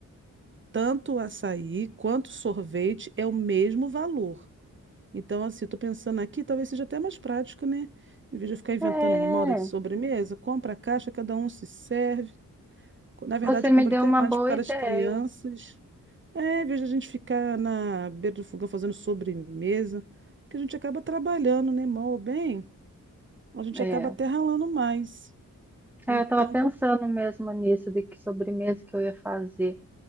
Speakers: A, on the right; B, in the centre.
A: tanto o açaí quanto o sorvete é o mesmo valor. Então, assim, tô pensando aqui, talvez seja até mais prático, né? Em vez de eu ficar inventando
B: É.
A: moda de sobremesa, compra a caixa, cada um se serve. Na verdade,
B: Você me
A: eu compro
B: deu
A: até
B: uma
A: mais
B: boa
A: por causa
B: ideia.
A: das crianças. É, em vez de a gente ficar na beira do fogão fazendo sobremesa, que a gente acaba trabalhando, né? Mal ou bem, a gente
B: É.
A: acaba até ralando mais.
B: É,
A: Então,
B: eu tava pensando
A: com-
B: mesmo nisso, de que sobremesa que eu ia fazer.